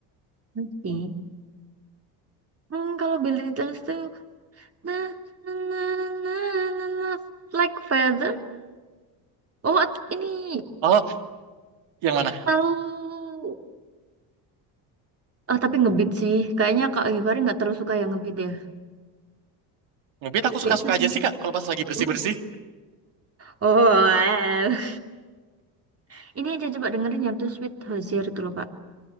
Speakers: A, on the right; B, on the right.
A: Nanti. Hmm, kalau Billie Eilish tuh na na na na na na like feather. Oh, at- ini
B: Oh, yang mana?
A: tahu ah tapi ngebeat sih. Kayaknya Kak Givari nggak terlalu suka yang ngebeat ya.
B: Mungkin aku suka-suka
A: Ya itu
B: aja
A: sih.
B: sih Kak, kalau pas lagi bersih-bersih.
A: Uh, Oh, well. <laughs> Ini aja coba dengerin yang tuh Sweet Hozier itu loh, Kak.